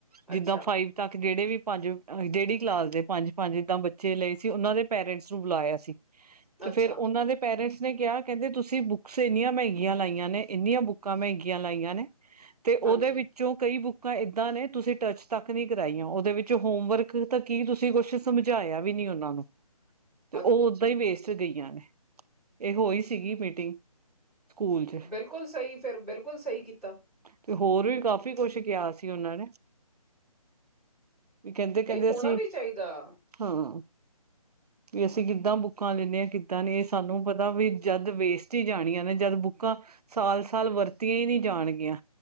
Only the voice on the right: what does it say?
ਜਿੱਦਾਂ ਫਾਈਵ ਤੱਕ ਜਿਹੜੇ ਵੀ ਪੰਜ, ਜਿਹੜੀ ਕਲਾਸ ਦੇ ਪੰਜ -ਪੰਜ ਇੱਦਾਂ ਬੱਚੇ ਲਏ ਸੀ, ਉਹਨਾਂ ਦੇ ਪੇਰੈਂਟਸ ਨੂੰ ਬੁਲਾਇਆ ਸੀ। ਤੇ
ਫਿਰ ਉਹਨਾਂ ਦੇ ਪੇਰੈਂਟਸ ਨੇ ਕਿਹਾ ਕਹਿੰਦੇ, ਤੁਸੀਂ ਬੁਕਸ ਲਇੰਨੀਆਂ ਮਹਿੰਗੀਆਂ ਲਾਈਆਂ ਨੇ ਇੰਨੀਆਂ ਬੁੱਕਾਂ ਮਹਿੰਗੀਆਂ ਲਾਈਆਂ ਨੇ, ਤੇ ਉਹਦੇ
ਵਿੱਚ ਚੋਂ ਕਈ ਬੁੱਕਾਂ ਏਦਾਂ ਨੇ ਤੁਸੀਂ ਟੱਚ ਤੱਕ ਨਹੀਂ ਕਰਾਈਆਂ, ਉਹਦੇ ਵਿੱਚ ਹੋਮਵਰਕ ਤਾਂ ਕੀ ਤੁਸੀਂ ਕੁਛ ਸਮਝਾਇਆ ਵੀ ਨੀ, ਉਹਨਾਂ ਨੂੰ।
ਤੇ ਉਹ ਓਦਾਂ ਹੀ ਵੇਸਟ ਗਈਆਂ ਨੇ, ਇਹ ਹੋਈ ਸੀਗੀ ਮੀਟਿੰਗ ਸਕੂਲ 'ਚ
ਤੇ ਹੋਰ ਵੀ ਕਾਫੀ ਕੁਛ ਕਿਹਾ ਸੀ ਉਹਨਾਂ ਨੇ। ਵੀ ਕਹਿੰਦੇ -
ਕਹਿੰਦੇ
ਅਸੀਂ
ਹਾਂ। ਵੀ ਅਸੀਂ ਕਿੱਦਾਂ ਬੁੱਕਾਂ ਲੈਂਨੇ ਆਂ, ਕਿੱਦਾਂ ਨੀ ਇਹ ਸਾਨੂੰ ਪਤਾ ਵੀ ਜਦ ਵੇਸਟ ਹੀ ਜਾਣੀਆਂ ਨੇ, ਜਦ ਬੁੱਕਾਂ ਸਾਲ -ਸਾਲ ਵਰਤੀਆਂ ਹੀ ਨਹੀਂ ਜਾਣਗੀਆਂ,